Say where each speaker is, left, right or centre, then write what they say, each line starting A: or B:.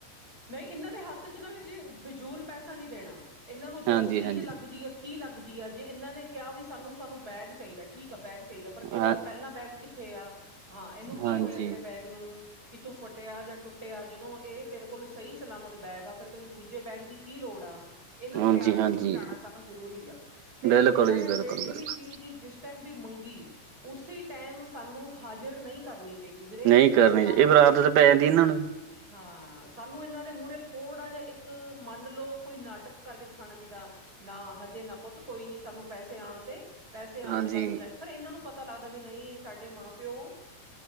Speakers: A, on the right; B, on the right.
A: ਨਹੀਂ ਇਹਨਾਂ ਦੇ ਹੱਥ 'ਚ ਨਾ ਵੀਰ ਜੀ, ਫਿਜ਼ੂਲ ਪੈਸਾ ਨਹੀਂ ਦੇਣਾ, ਇਹਨਾਂ ਨੂੰ ਜੋ
B: ਹਾਂਜੀ
A: ਚੀਜ਼
B: ਹਾਂਜੀ
A: ਲੱਗਦੀ ਐ ਕੀ ਲੱਗਦੀ ਐ, ਜੇ ਇਹਨਾਂ ਨੇ ਕਿਹਾ ਵੀ ਸਾਨੂੰ- ਸਾਨੂੰ ਬੈਗ ਚਾਈਦਾ ਠੀਕ ਆ ਬੈਗ ਚਾਈਦਾ, ਪਰ ਤੇਰਾ
B: ਹਾਂ
A: ਪਹਿਲਾਂ ਬੈਗ ਕਿੱਥੇ ਆ, ਹਾਂ ਇਹਨੂੰ ਕੀ
B: ਹਾਂਜੀ
A: ਹੋਇਆ ਤੇਰੇ ਬੈਗ ਨੂੰ ਕਿਤੋ ਫਟਿਆ ਜਾਂ ਟੁੱਟਿਆ ਜਦੋਂ ਇਹ ਤੇਰ ਕੋਲ ਸਹੀ ਸਲਾਮਤ ਬੈਗ ਆ, ਫੇਰ ਤੈਨੂੰ ਦੂਜੇ ਬੈਗ ਦੀ ਕੀ ਲੋੜ ਆ। ਇਹਨਾਂ ਨੂੰ
B: ਹਾਂਜੀ
A: ਪਿਆਰ ਨਾਲ
B: ਹਾਂਜੀ
A: ਸਮਝਾਣਾ ਸਾਨੂੰ ਜ਼ਰੂਰੀ ਆ, ਤੇ
B: ਬਿਲਕੁਲ
A: ਇਹਨਾਂ
B: ਜੀ
A: ਨੇ
B: ਬਿਲਕੁਲ
A: ਜੇੜੀ
B: ਬਿਲਕੁਲ
A: ਵੀ ਚੀਜ਼ ਜਿਸ ਜਿਸ ਟਾਈਮ ਵੀ ਮੰਗੀ, ਉਸੇ ਟਾਈਮ ਸਾਨੂੰ ਹਾਜ਼ਰ ਨਹੀਂ ਕਰਨੀ ਚਾਈਦੀ ਵੀਰੇ,
B: ਨਹੀਂ ਕਰਨੀ
A: ਸਾਨੂੰ,
B: ਇਹ ਫਿਰ ਆਦਤ ਪੈ ਜਾਂਦੀ ਇਹਨਾਂ ਨੂੰ ਵੀ
A: ਹਾਂ ਸਾਨੂੰ ਇਹਨਾਂ ਦੇ ਮੂਹਰੇ ਥੋੜਾ ਜਿਹਾ, ਇੱਕ, ਮੰਨ ਲਓ ਕੋਈ ਨਾਟਕ ਕਰਕੇ ਦਿਖਾਣਾ ਚਾਈਦਾ। ਨਾ, ਹਜੇ ਨਾ ਪੁੱਤ ਕੋਈ ਨੀ ਸਾਨੂੰ ਪੈਸੇ ਆਣ ਦੇ ਪੈਸੇ ਆਣ
B: ਹਾਂਜੀ
A: ਦੇ ਬਾਅਦ ਲੈ, ਫਿਰ ਇਹਨਾਂ ਨੂੰ ਲੱਗਦਾ ਵੀ ਨਹੀਂ ਸਾਡੇ ਮਾਂ -ਪਿਓ,